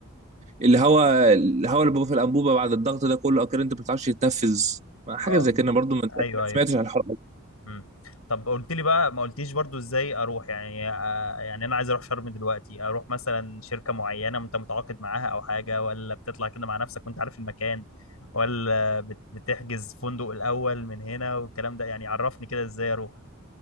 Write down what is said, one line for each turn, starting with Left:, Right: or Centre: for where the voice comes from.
Right: الهواء الهواء اللي بيبقى في الانبوبه بعد الضغط ده كله اكيد انت ما بتعرفش تتنفذ حاجه
Left: اه
Right: زي كده برضو ما أنت-
Left: ايوه
Right: ما
Left: ايوه
Right: سمعتش عن الحوار ده.
Left: مم. طب قلت لي بقى ما قلتيش برضو ازاي اروح يعني آه، يعني انا عايز اروح شرم دلوقتي اروح مثلا شركة معينة انت متعاقد معاها او حاجة ولا بتطلع كده مع نفسك وانت عارف المكان ولا بت- بتحجز فندق الاول من هنا والكلام ده يعني عرفني كده ازاي اروح